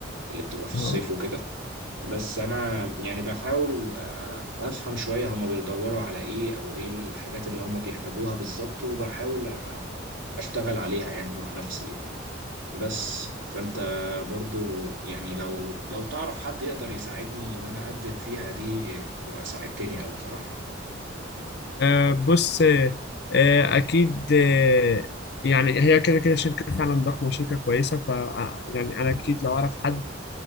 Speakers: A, on the right; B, on the left.
A: اللي بتبقى في الصيف
B: مم.
A: وكده بس انا يعني بحاول آه، افهم شوية هما بيدوروا على ايه او ايه الحاجات اللي هما بيحتاجوها بالظبط وبحاول آه، اشتغل عليها يعني مع نفسي بس فانت برضو يعني لو لو تعرف حد يقدر يساعدني ان انا اقدم فيها دي تبقى ساعدتني اوي بصراحة
B: آه، بص آه، آه، اكيد آه، يعني هي كده كده شركه فعلا ضخمه وشركه كويسه ف آه، يعني انا اكيد لو اعرف حد